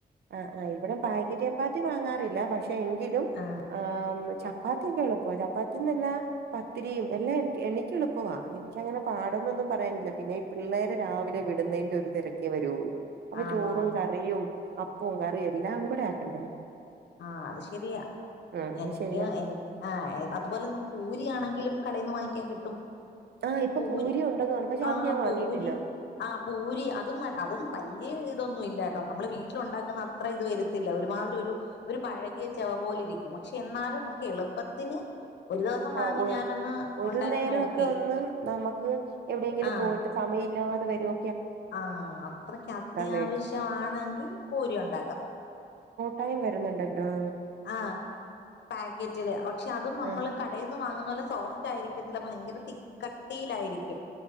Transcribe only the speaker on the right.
ആ ആ ഇവിടെ പേക്കറ്റ് ചപ്പാത്തി വാങ്ങാറില്ല പക്ഷെ എങ്കിലും
ഏഹ് ചപ് പ്പാത്തി കൊഴപ്പോ ചപ്പാത്തിയും പിന്നെ പത്തിരിയും എല്ലാം എനിക്ക് എനിക്ക് എളുപ്പവാ എനിക്കങ്ങനെ പാടന്നൊന്നും പറയാനില്ല, പിന്നെ ഈ പിള്ളേര് രാവിലെ വിടുന്നേന്റെ ഒരു തെരക്കേ വരോള്ളൂ. അപ്പൊ
ചോറും കറിയും അപ്പ് പൂങ്കറി എല്ലാം കൂടെ ആക്കണ്ടേ.
ആഹ്
ശരിയാ
ആഹ് ഇപ്പൊ
ഉണ്ടെന്ന് പറഞ്ഞു പക്ഷെ
അത് ഞാൻ
വാങ്ങിയിട്ടില്ല
ആഹ്
ഒ
ഒരു
നേരംഒക്കെ
ഒന്ന് നമുക്ക് എവിടെയെങ്കിലും
പോയിട്ട് സമയില്ലാ വരും.
മേടിച്ചു
ടൈം വരുന്നുണ്ടന്റോ.
ആഹ്